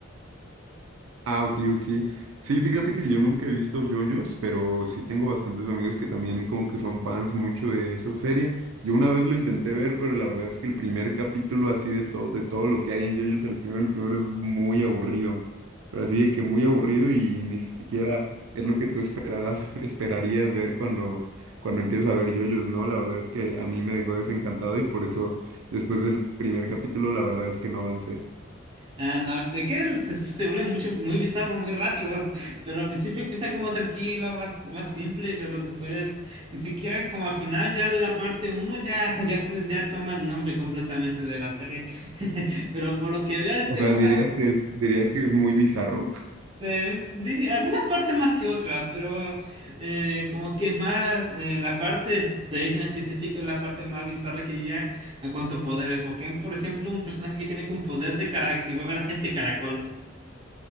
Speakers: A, on the right (about 70°); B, on the right (about 25°).
A: Ah, ok, ok. Sí, fíjate que yo nunca he visto yoyos, pero sí tengo bastantes amigos que también como que son fans mucho de esa serie. Yo una vez lo intenté ver, pero la verdad es que el primer capítulo así de todo, de todo lo que hay en yoyos, el primero, el primero es muy aburrido. Pero así de que muy aburrido y ni siquiera es lo que tú esperarás, <laughs> esperarías ver cuando, cuando empiezas a ver yoyos, ¿no? La verdad es que a mí me dejó desencantado y por eso después del primer capítulo la verdad es que no avancé.
B: Ah, no, de que él se, se vuelve mucho, muy bizarro, muy rápido, <laughs> pero al principio empieza como tranquilo, más, más simple, pero después, ni siquiera como al final ya de la parte uno ya, <laughs> ya, se- ya toma el nombre completamente de la serie, <laughs> pero por lo que veo
A: O
B: te
A: sea,
B: gusta,
A: Ah, dirías que es, dirías que es muy bizarro.
B: eh, diría- algunas partes más que otras, pero eh, como que es más, eh, la parte 6 en específico es la parte más bizarra que diría a cuanto poderes, porque por ejemplo un personaje que tiene un poder de cara que vuelve a la gente caracol.